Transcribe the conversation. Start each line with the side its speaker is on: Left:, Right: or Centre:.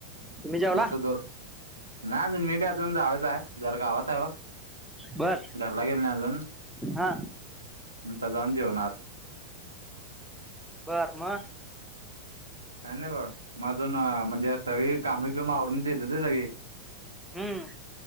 Centre: तुम्ही जेवला
Right: मसूदोर. नाही अजून, मी बी अजून जायाचाय, जरा गावात आहे.
Centre: बर
Right: घरला गेलो नाही अजून.
Centre: हा
Right: नंतर जाऊन जेवणार
Centre: बर, म
Right: काय नाही बघा. म अजून म्हणजे सगळी काम बिम आवरूनच येत्यात होय सगळी?
Centre: हम्म,